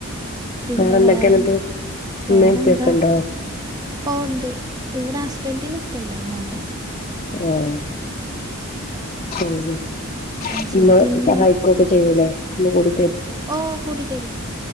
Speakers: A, on the right; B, on the left.
A: പിന്നെ
B: വേറെ എന്തൊക്കെയ
A: വേറെന്തക്കെ
B: എന്നിട്ട് ഉമ്മയും
A: വേറെന്താ
B: ഉപ്പയൊക്കെ ഉണ്ടോ
A: ഓ ഒണ്ട് ഇവടെ ഹസ്ബൻറിന് ഉപ്പ ഇല്ല ഉമ്മ ഒണ്ട്
B: ആഹ് മ്‌ഹ്
A: അത് ശരി
B: ഉമ്മ
A: പിന്നെ
B: ഈ സഹായിക്കൊക്കെ ചെയ്യൂല്ലേ ല്ല പൊടി
A: ഓ കൂട്ടി തരും